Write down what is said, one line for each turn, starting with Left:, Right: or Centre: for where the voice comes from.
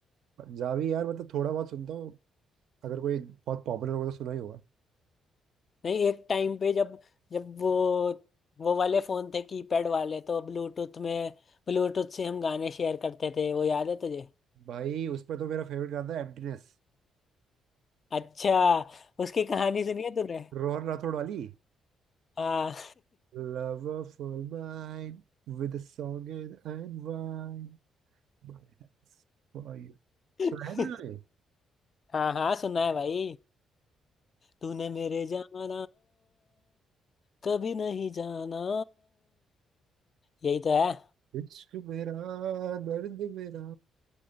Right: पंजाबी यार मतलब थोड़ा बहुत सुनता हूँ अगर कोई बहुत पॉपुलर होगा तो सुना ही होगा
Left: नहीं एक टाइम पे जब जब वो वो वाले फोन थे कीपैड वाले तो ब्लूटूथ में ब्लूटूथ से हम गाने शेयर करते थे वो याद है तुझे
Right: भाई उस पर तो मेरा फेवरेट गाना था एम्प्टीनेस
Left: अच्छा उसकी कहानी सुनी है तूने
Right: रोहन राठौड़ वाली
Left: हाँ
Right: Love for mine with song and wine my hands for you
Left: <laughs>
Right: सुना है मैंने गाने?
Left: हाँ हाँ सुना है भाई तूने मेरे जाना कभी नहीं जाना यही तो है
Right: इश्क मेरा दर्द मेरा